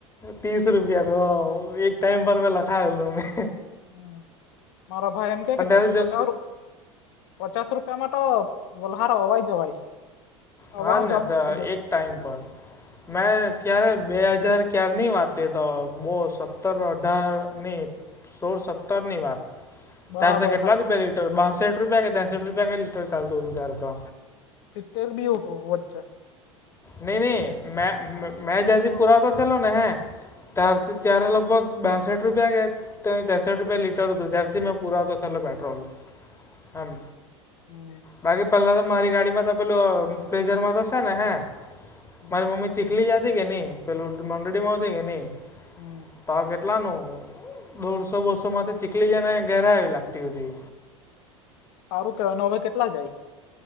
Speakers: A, on the left; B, on the left.
A: ત્રીસ રૂપિયાનું હા એક ટાઈમ પર મેં લખાવેલું મેં.
B: હમમ, મારો ભાઈ એમ કે
A: પણ
B: કે
A: ત્યારે
B: પચાસ
A: જો
B: પચાસ રૂપિયામાં તો વલહાડ અવાઈ જવાય, આવાનું
A: હા ને
B: જવાનું
A: તો
B: થઈ જાય.
A: એક ટાઈમ પર. મેં કયારે બે હજાર ક્યાર ની વાત તે તો, બો સત્તર અઢાર ની સોળ સત્તરની વાત.
B: બરાબર
A: ત્યારે તો કેટલા
B: સાચું
A: રૂપિયા લીટર બાસઠ રૂપિયા કે તેસઠ રૂપિયા કંઇ લીટર ચાલતું હતું ત્યારે તો.
B: સીતેર ભી હતું વચ્ચે.
A: ની ની મે મે જયારેથી પુરાવતો થેયલો ને હે તાર થી ત્યારે લગભગ બાસઠ રૂપિયા કે તઈ ત્રેસઠ રૂપિયા લીટર હતું ત્યારથી મે પુરાવતો થેલો પેટ્રોલ એમ.
B: હમ
A: બાકી પહેલા તો મારી ગાડીમાં તો પેલું પ્લેઝરમાં તો છે ને હે.
B: હમ
A: મારી મમ્મી ચીખલી જાતિ કે ની, પેલું મંડળીમાં હુતી કે નહી
B: હમ
A: પાવાગઢ. એટલાનું દોઢસો બસોમાંથી ચીખલી જાય ને ઘેરે આવી લાગતી હતી.
B: સારું કેવાય, ને હવે કેટલા જાય.